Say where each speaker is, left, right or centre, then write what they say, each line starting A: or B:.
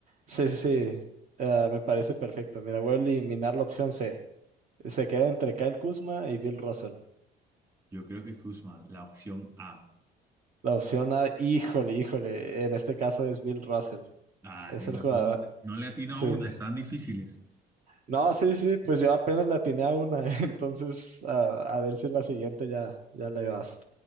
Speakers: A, on the right (about 45°); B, on the right (about 20°).
A: Sí, sí, sí. Ah, me parece perfecto. Mira, voy a eliminar la opción C. Se queda entre Kyle Kuzma y Bill Russell.
B: Yo creo que es Kuzma, la opción A.
A: La opción A, híjole, híjole. En este caso es Bill Russell.
B: Ah,
A: Es
B: Dios,
A: el jugador.
B: no, no le atino
A: Sí,
B: a una,
A: sí.
B: están
A: sí.
B: difíciles.
A: No, sí, sí, pues yo apenas le atiné a una. <laughs> Entonces, ah, a ver si la siguiente ya, ya le das.